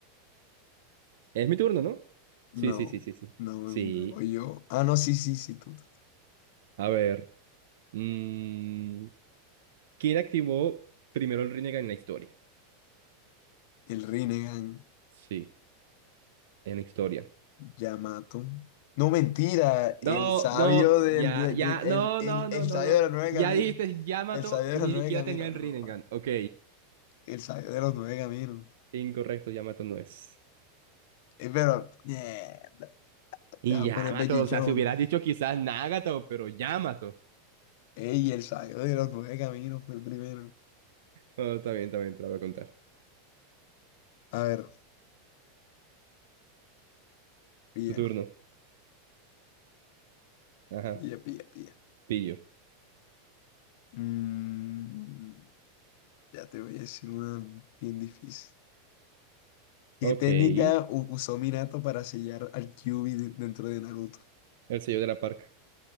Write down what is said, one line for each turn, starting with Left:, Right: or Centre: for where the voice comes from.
Right: Es mi turno, ¿no?
Left: no,
Right: Sí, sí, sí, sí, sí.
Left: no vengo
Right: Sí.
Left: yo. Ah, no, sí, sí, sí, tú.
Right: A ver. mm, ¿quién activó primero el Rinnegan en la historia?
Left: El Rinnegan,
Right: Sí, en la historia.
Left: Yamato. No, mentira,
Right: No,
Left: el sabio
Right: no,
Left: del,
Right: ya,
Left: de-
Right: ya,
Left: de-
Right: no,
Left: el, el-
Right: no, no,
Left: el
Right: no,
Left: sabio
Right: no.
Left: de los nueve
Right: Ya
Left: caminos.
Right: dijiste Yamato
Left: El sabio de
Right: y
Left: los
Right: ni
Left: nueve
Right: siquiera
Left: caminos.
Right: tenía el
Left: no,
Right: Rinnegan.
Left: va,
Right: Ok,
Left: el sabio de los nueve caminos.
Right: incorrecto, Yamato no es.
Left: Eh, pero, yeah,
Right: Y
Left: te vas
Right: Yamato,
Left: a poner pellichón.
Right: o sea, si hubieras dicho quizás Nagato, pero Yamato.
Left: Ey, el sabio de los nueve caminos fue el primero.
Right: Oh, está bien, está bien, te la voy a contar.
Left: A ver, pilla,
Right: Tu turno. Ajá,
Left: pilla, pilla, pilla.
Right: pillo.
Left: Mm, ya te voy a decir una bien difícil. ¿Qué
Right: Ok,
Left: técnica
Right: el
Left: u- usó Minato para sellar al Kyuubi de- dentro de Naruto?
Right: sello de la parca.